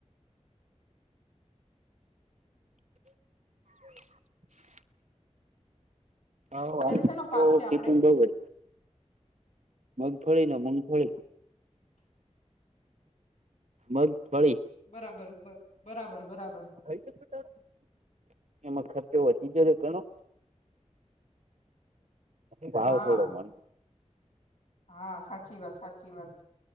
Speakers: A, on the right; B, on the left.
A: <inaudible> હા
B: અત્યારે શેનો
A: તો
B: પાક છે
A: કતન
B: આપડે
A: બ જ મગફળી ન મગફળી મગ ફળી
B: બરાબર બરાબર બરાબર
A: <unintelligible> જ એમાં ખર્ચો વધી જશે ઘણો
B: <inaudible>
A: ભાવ
B: હા
A: થોડો પણ
B: હા સાચી વાત સાચી વાત